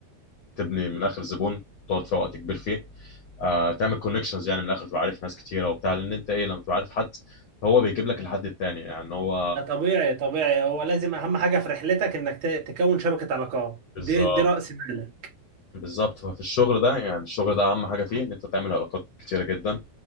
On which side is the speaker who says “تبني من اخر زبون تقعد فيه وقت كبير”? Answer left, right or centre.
Left